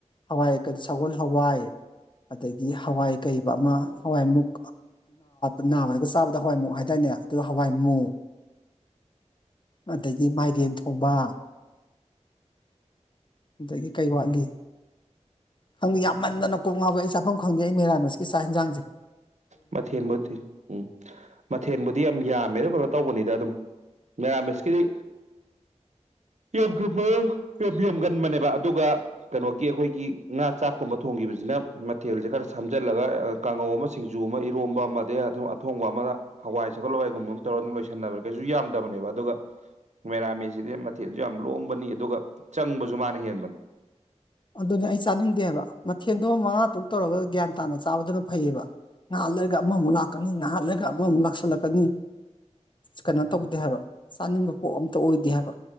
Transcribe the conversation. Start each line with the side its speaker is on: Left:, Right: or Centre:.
Left: ꯍꯋꯥꯏ ꯀ ꯁꯒꯣꯜ ꯍꯋꯥꯏ ꯑꯗꯒꯤ ꯍꯋꯥꯏ ꯀꯩꯕ ꯑꯃ ꯍꯋꯥꯏꯃꯨꯛ ꯅꯥꯕꯗꯒ ꯆꯥꯕꯗ ꯍꯋꯥꯏꯃꯨꯛ ꯍꯥꯏꯇꯥꯔꯅꯦ ꯑꯗꯨꯒ ꯍꯋꯥꯏ ꯃꯨꯃꯨ ꯑꯗꯒꯤ ꯃꯥꯏꯔꯦꯝ ꯊꯣꯡꯕ ꯑꯗꯒꯤ ꯀꯩ ꯋꯥꯠꯂꯤ ꯈꯪꯗꯦ ꯌꯥꯝꯃꯟꯗꯅ ꯀꯣꯛ ꯉꯥꯎꯋ ꯑꯩ ꯆꯥꯐꯝ ꯈꯪꯗꯦ ꯑꯩ ꯃꯦꯔꯥꯃꯤꯁꯀꯤ ꯆꯥꯛ ꯌꯦꯟꯁꯥꯡꯁꯦ
Right: ꯃꯊꯦꯟꯕꯨꯗꯤ ꯎꯝ ꯃꯊꯦꯜꯕꯨꯗꯤ ꯌꯥꯝ ꯌꯥꯝꯃꯦ ꯑꯗꯨ ꯀꯩꯅꯣ ꯇꯧꯕꯅꯤꯗ ꯑꯗꯨꯝ ꯉ ꯃꯤꯁꯀꯤꯔꯤ ꯌꯥꯝꯕ ꯌꯥꯝ ꯌꯥꯝꯒꯟꯕꯅꯦꯕ ꯑꯗꯨꯒ ꯀꯩꯅꯣꯒꯤ ꯑꯩꯈꯣꯏꯒꯤ ꯉꯥ ꯆꯥꯛꯀꯨꯝꯕ ꯊꯣꯡꯈꯤꯕꯁ ꯃꯊꯦꯜꯁꯦ ꯈꯔ ꯁꯝꯖꯤꯜꯂꯒ ꯀꯥꯡꯉꯧ ꯑꯃ ꯖꯨ ꯑꯃ ꯏꯔꯣꯝꯕ ꯑꯃꯗꯤ ꯑꯗꯨꯝ ꯑꯊꯣꯡꯕ ꯑꯃꯗ ꯍꯋꯥꯏ ꯁꯒꯠꯂꯋꯥꯏꯒꯨꯝꯕ ꯑꯃ ꯇꯧꯔꯒ ꯑꯗꯨꯝ ꯂꯣꯏꯁꯟꯅꯕꯅꯦ ꯀꯩꯁꯨ ꯌꯥꯝꯗꯕꯅꯦꯕ ꯑꯗꯨꯒ ꯃꯦꯔꯥꯃꯤꯁꯤꯗꯤ ꯃꯊꯦꯜꯁꯨ ꯌꯥꯝ ꯂꯣꯡꯕꯅꯤ ꯑꯗꯨꯒ ꯆꯪꯕꯁꯨ ꯃꯥꯅ ꯍꯦꯟꯕꯅꯤ
Left: ꯑꯗꯨꯅꯦ ꯑꯩ ꯆꯥꯅꯤꯡꯗꯦꯕ ꯃꯊꯦꯜꯗꯣ ꯃꯉꯥ ꯇꯔꯨꯛ ꯇꯧꯔꯒ ꯒ꯭ꯌꯥꯟ ꯇꯥꯅ ꯆꯥꯕꯗꯨꯅ ꯐꯩꯌꯦꯕ ꯅꯍꯥꯥꯟ ꯂꯩꯒ ꯑꯃꯃꯨꯛ ꯂꯥꯛꯀꯅꯤ ꯅꯍꯥꯟ ꯂꯩꯒ ꯑꯃꯃꯨꯛ ꯂꯥꯛꯁꯜꯂꯛꯀꯅꯤ ꯀꯩꯅꯣ ꯇꯧꯗꯦ ꯍꯥꯏꯕ ꯆꯥꯅꯤꯡꯕ ꯄꯣꯠ ꯑꯝꯇ ꯑꯣꯏꯗꯦ ꯍꯥꯏꯕ